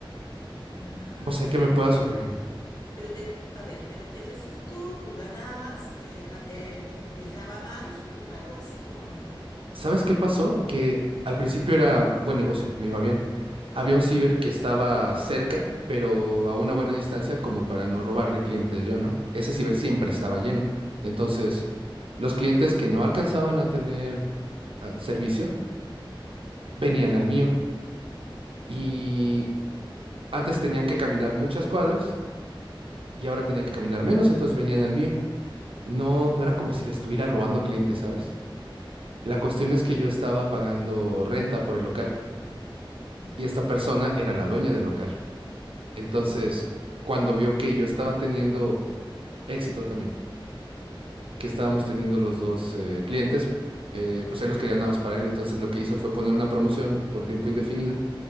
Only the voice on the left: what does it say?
Ah,
o sea,
pero,
pero,
pero te, a ver, pero te resultó, tú ganabas, eh, a- te eh, que- dejaba margen, algo así, ¿o no?
Ya,
ya,
ah,